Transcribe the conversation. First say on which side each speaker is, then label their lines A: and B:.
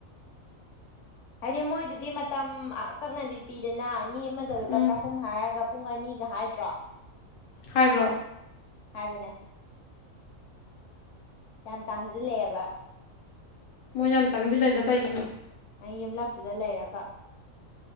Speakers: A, on the left; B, on the left.
A: ꯍꯥꯏꯗꯤ ꯃꯣꯏꯗꯨꯗꯤ ꯃꯇꯝ ꯑꯀꯛꯅꯕꯤ ꯄꯤꯗꯅ ꯃꯤ ꯑꯃꯗ ꯂꯨꯄꯥ
B: ꯎꯝ
A: ꯆꯍꯨꯝ ꯍꯥꯏꯔꯒ ꯄꯨꯡ ꯑꯅꯤꯒ ꯍꯥꯏꯗ꯭ꯔꯣ
B: ꯍꯥꯏꯕ꯭ꯔꯣ
A: ꯍꯥꯏꯕꯅꯦ ꯌꯥꯝ ꯇꯥꯡꯁꯤꯜꯂꯛꯑꯦꯕ
B: ꯃꯣꯏꯅ ꯌꯥꯝ ꯇꯥꯡꯁꯤꯜꯂꯛꯏꯗꯣ ꯀꯩꯒꯤꯅꯣ
A: <inaudible> ꯌꯨꯝꯂꯛꯇꯨꯗ ꯂꯩꯔꯒ